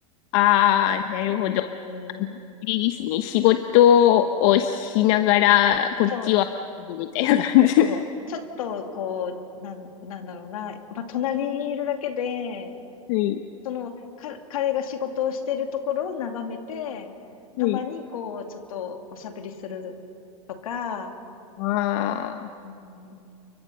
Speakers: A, on the left; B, on the left.
A: ああ、なるほど。
B: うーん、
A: いいですね。仕事をしながら、こっちは、
B: そう、
A: みたいな感じ。<laughs>
B: そう、ちょっとこう、なん、なんだろうな、まあ、隣にいるだけで、
A: はい。
B: その、か、彼が仕事をしてるところを眺めて、
A: はい。
B: たまにこう、ちょっとおしゃべりするとか、
A: ああ、
B: うん、